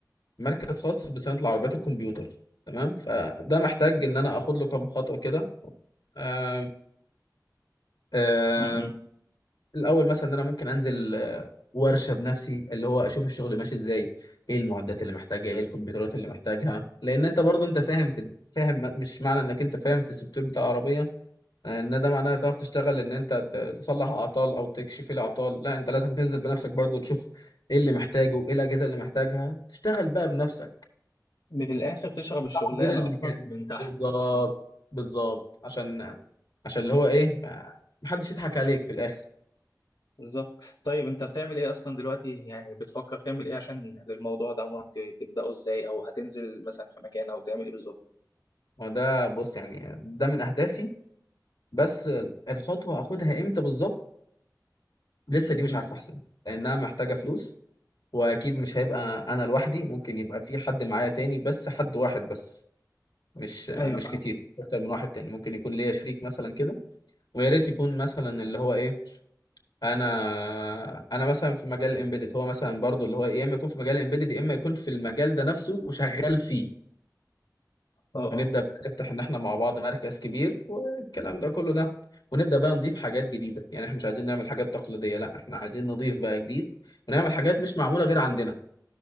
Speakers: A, on the left; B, on the left.
A: مركز خاص بصيانه العربيات الكمبيوتر تمام فده محتاج ان انا اخد له كام خطوه كده آه، آه،
B: م- م.
A: الاول مثلا ان انا ممكن انزل آه، ورشه بنفسي اللي هو اشوف الشغل ماشي ازاي ايه المعدات اللي محتاجها ايه الكمبيوترات اللي محتاجها لان انت برضه انت فاهم في فاهم مش معنى انك انت فاهم في السوفت وير بتاع العربيه آه، ان ده معناه تعرف تشتغل ان انت ت- تصلح اعطال او تكشف الاعطال لا انت لازم تنزل بنفسك برضه تشوف ايه اللي محتاجه ايه الاجهزه اللي محتاجها تشتغل بقى بنفسك
B: في الاخر تشرب الشغلانه
A: تحضير المكان
B: اصلا من تحت
A: بالظبط بالظبط عشان عشان اللي هو ايه ما- محدش يضحك عليك في الاخر
B: بالظبط طيب انت بتعمل ايه اصلا دلوقتي يعني بتفكر تعمل ايه عشان للموضوع ده عمرك ت- تبداه ازاي او هتنزل مثلا في مكان او تعمل ايه بالظبط
A: ما ده بص يعني ده من اهدافي بس الخطوة هاخدها امتى بالظبط لسه دي مش
B: م.
A: عارف احسن لانها محتاجة فلوس واكيد مش هيبقى انا لوحدي ممكن يبقى في حد معايا تاني بس حد واحد بس مش مش
B: ايوه فاهم
A: كتير اكتر من واحد تاني ممكن يكون ليا شريك مثلا كده ويا ريت يكون مثلا اللي هو ايه انا انا مثلا في مجال الامبيدد هو مثلا برضو اللي هو إيه، يا اما يكون في مجال الامبيدد يا اما يكون في المجال ده نفسه وشغال فيه
B: اه
A: ونبدأ
B: اه
A: بقى نفتح إن إحنا مع بعض مركز كبير والكلام ده كله ده ونبدأ بقى نضيف حاجات جديدة يعني إحنا مش عايزين نعمل حاجات تقليدية لا إحنا عايزين نضيف بقى جديد ونعمل حاجات مش معمولة غير عندنا